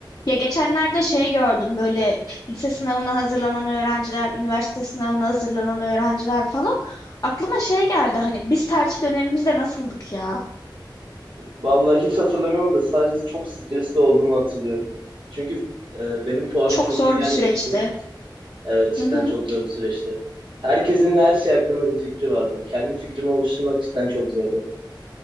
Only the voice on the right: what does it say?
Vallahi hiç hatırlamıyorum da sadece çok stresli olduğumu hatırlıyorum. Çünkü e, benim puanım
çok
iyi gelmemişti.
Evet
cidden
çok zor bir süreçti. Herkesin her şey hakkında bir fikri vardı. Kendi fikrimi oluşturmak cidden çok zordu.